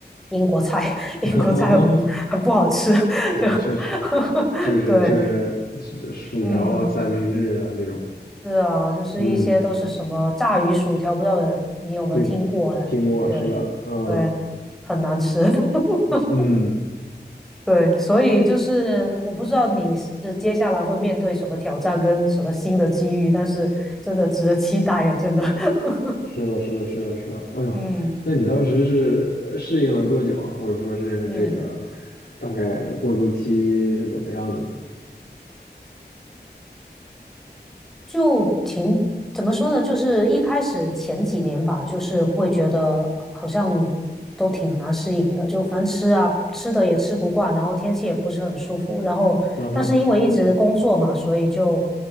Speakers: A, in the centre; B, on the left.
A: 英国菜，<laughs>
B: <laughs>
A: 英国菜很很不好吃，
B: 哦，
A: 就
B: 确实，
A: <laughs>
B: 就是就是薯薯条啊、
A: 对，嗯。
B: 三明治啊这种，
A: 是啊，就是一些都是什么炸鱼薯条，
B: 嗯，
A: 不知道你有没有听过呢？
B: 听听过是的，
A: 对，
B: 嗯
A: 对，很难吃。<laughs>
B: 嗯，
A: 对，所以就是我不知道你是接下来会面对什么挑战跟什么新的机遇，但是真的值得期待啊，真的。<laughs>
B: 是的，是的，是的，是的，哎呦，
A: 嗯
B: 那你当时是适应了多久啊？或者说是这个
A: 嗯。
B: 大概过渡期是怎么样的呢？
A: 就挺，怎么说呢？就是一开始前几年吧，就是会觉得好像都挺难适应的，就反吃啊吃的也吃不惯，然后天气也不是很舒服，然后但是因为一直工作嘛，
B: 嗯哼，
A: 所以就